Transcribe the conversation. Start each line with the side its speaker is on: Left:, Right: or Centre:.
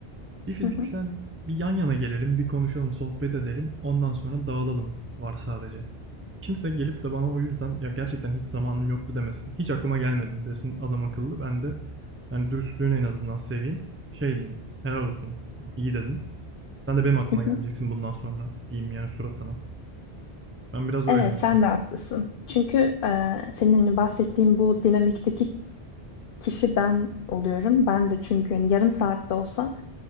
Right: Bir fiziksel
Left: hı hı,
Right: bir yan yana gelelim, bir konuşalım, sohbet edelim. Ondan sonra dağılalım var sadece. Kimse gelip de bana o yüzden "Ya, gerçekten hiç zamanım yoktu." demesin. "Hiç aklıma gelmedi desin adam akıllı. Ben de, hani, dürüstlüğünü en azından seveyim. Şey diyeyim, "Helal olsun, iyi dedin. Sen de benim aklıma
Left: hı
Right: gelmeyeceksin
Left: hı.
Right: bundan sonra." diyeyim yani suratına. Ben biraz öyleyim
Left: Evet, sen
Right: ya.
Left: de haklısın. Çünkü e, senin hani bahsettiğin bu dinamikteki kişi ben oluyorum. Ben de çünkü hani yarım saatte olsa